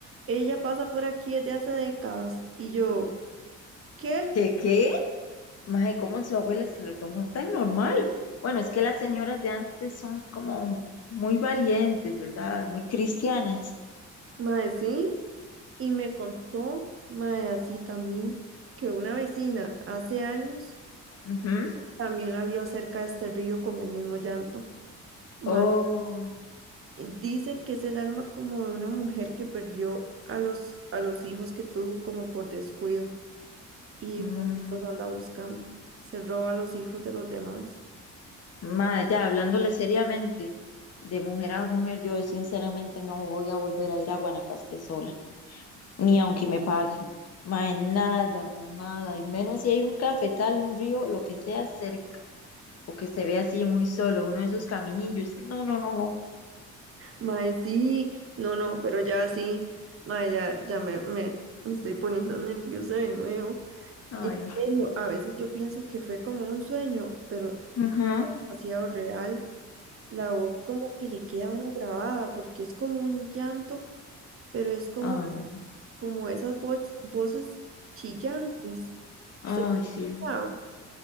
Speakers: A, on the right; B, on the left.
A: Ella pasa por aquí desde hace décadas. Y yo, ¿qué?
B: ¿Qué qué? Mae, ¿cómo su abuela se lo tomó tan normal? Bueno, es que las señoras de antes son como muy valientes, ¿verdad? Muy cristianas.
A: Mae, sí. Y me contó, mae, así también, que una vecina hace años
B: Ujú.
A: también la vio cerca de este río con el mismo llanto. Mae,
B: Oh,
A: dicen que es el alma como de una mujer que perdió a los, a los hijos que tuvo como por descuido. y
B: mm,
A: por eso los anda buscando. Se roba a los hijos de los demás.
B: mae, ya hablándole seriamente, de mujer a mujer, yo sinceramente no voy a volver a ir a Guanacaste sola, ni aunque me paguen. Mae, nada, no nada, y menos si hay un cafetal, un río, lo que sea cerca, o que se vea así muy solo, uno de esos caminillos. No, no, no, no.
A: Mae, sí, no, no, pero ya sí, mae, ya, ya me, me, me estoy poniendo <laughs> nerviosa de nuevo.
B: Ay,
A: En serio, a veces yo pienso que fue como un sueño, pero
B: ajá,
A: demasiado real. La voz como que le queda a uno grabada, porque es como un llanto, pero es como,
B: ay.
A: como esas voz- voces chillantes.
B: Ay,
A: ¿Usted lo
B: sí.
A: ha escuchado?